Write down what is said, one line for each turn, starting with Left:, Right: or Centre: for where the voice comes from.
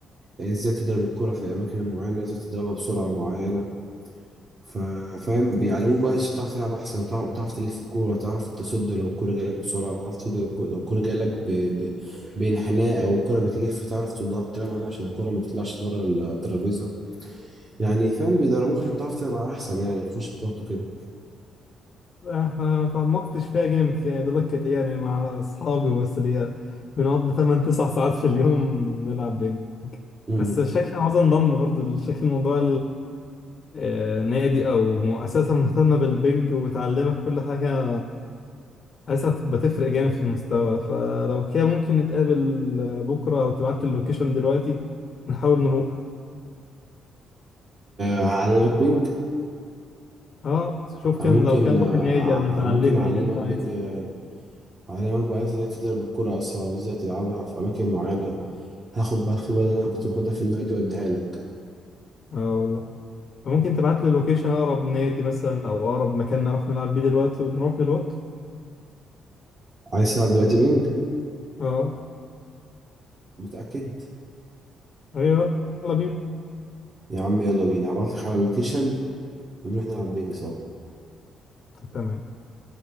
Right: ازاي تضرب الكره في الاماكن المعينه ازاي تضربها بسرعه معينه ف- فاهم بيعلموك بقى ازاي تعرف تلعب احسن وتعرف, وتعرف تلف الكوره تعرف تصد لو الكوره جايه لك بسرعه تعرف تصد لو الكوره لو الكوره جايه لك ب... ب... بانحناء او الكوره بتلف تعرف تصدها بطريقه معينه عشان الكوره ما تطلعش بره الترابيزه يعني فاهم بيدربوك عشان تعرف تلعب احسن يعني وتخش بطولات وكده
Left: احنا ما تعمقتش فيها جامد يعني دوبك كانت إيه يعني مع اصحابي وبس اللي هي بنقضي 8 9 <laughs> ساعات في اليوم نلعب بينج
Right: امم.
Left: بس شكل عاوز انضم برضو شكل موضوع النادي او مؤسسه مهتمه بالبنج وتعلمك كل حاجه حاسسها بتبقى تفرق جامد في المستوى فلو كده ممكن نتقابل بكره او تبعت اللوكيشن دلوقتي نحاول نروح
Right: أعلمك بينج
Left: اه شوف كان
Right: أنا ممكن
Left: لو كان نروح
Right: آه،
Left: النادي او
Right: أع-
Left: نتعلمني
Right: أنا ممكن أعلمك
Left: اللي انت عايزه
Right: بينج آه، أعلمك بقى إزاي تضرب الكرة أسرع وإزاي تلعبها في أماكن معينة هاخد بقى الخبرة اللي أنا كنت باخدها في النادي وأديها لك
Left: اه والله فممكن تبعت لي لوكيشن اقرب نادي مثلا او اقرب مكان نعرف نلعب بيه دلوقتي ونروح دلوقتي
Right: عايز تلعب دلوقتي بينج؟
Left: اه
Right: متأكد؟
Left: ايوه يلا بينا
Right: يا عم يلا بينا هبعتلك على اللوكيشن ونروح نلعب بينج سوا
Left: تمام